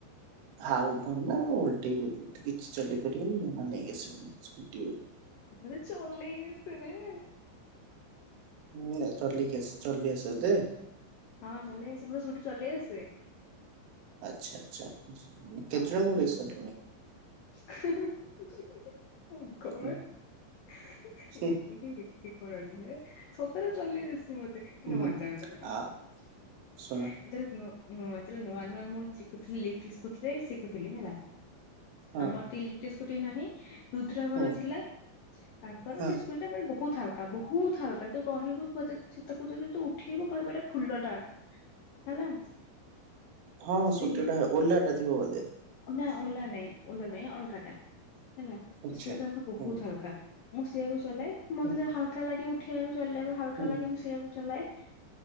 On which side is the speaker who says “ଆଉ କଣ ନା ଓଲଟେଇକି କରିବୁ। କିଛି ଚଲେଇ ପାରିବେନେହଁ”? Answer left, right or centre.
Right